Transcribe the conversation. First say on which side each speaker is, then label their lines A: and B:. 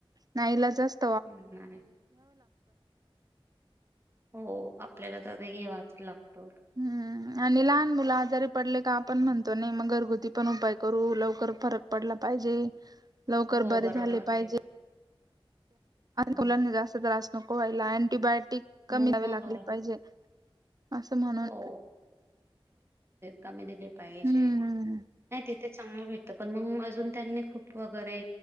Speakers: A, on the right (about 40°); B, on the right (about 25°).
A: नाहीला जास्त
B: ह <unintelligible> हो आपल्याला तरी घेवाच लागतो
A: हम्म आणि लहान मुलं आजारी पडले का आपण म्हणतो नाही मग घरगुती पण उपाय करू लवकर फरक पडला पाहिजे लवकर
B: हो
A: बरे
B: बरोबर
A: झाले पाहिजे
B: आहे हं.
A: मुलांना जास्त त्रास नको व्हायला अँटीबायोटिक कमी
B: हो
A: जावे
B: मग
A: लागले पाहिजे असं म्हणून
B: हो कमी दिले पाहिजे
A: हम्म
B: नाही <unintelligible> ते चांगलं भेटतं पण मग अजून त्यांनी खूप वगैरे